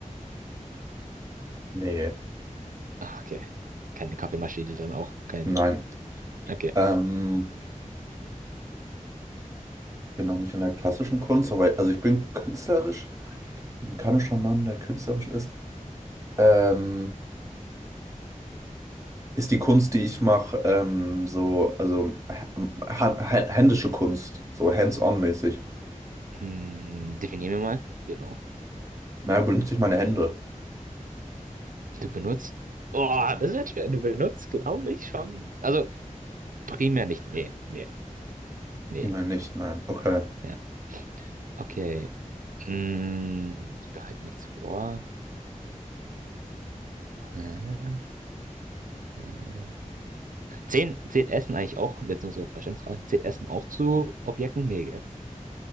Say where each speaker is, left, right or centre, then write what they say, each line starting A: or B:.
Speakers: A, on the right; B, on the right.
A: Nee.
B: Ah, okay. Keine Kaffeemaschine dann auch. Kein.
A: Nein.
B: Okay.
A: Ähm, bin auch nicht in der klassischen Kunst, aber also ich bin künstlerisch, ein kanischer Mann, der künstlerisch ist. Ähm, ist die Kunst, die ich mache, ähm, so, also hä- hä- händische Kunst, so hands-on mäßig.
B: Hm, definier mir mal. Genau.
A: Naja, benutze ich meine Hände?
B: Du benutzt. Oh, das wird schwer. Du benutzt, glaube ich, schon. Also primär nicht. Nee, nee, nee.
A: Vielmehr nicht, nein. Okay.
B: ja. Okay. Mm, ich bereite nichts vor. Äh, äh. Zehn, zählt Essen eigentlich auch? Jetzt nur so Verständnisfrage. Zählt Essen auch zu Objekten? Nee, gell?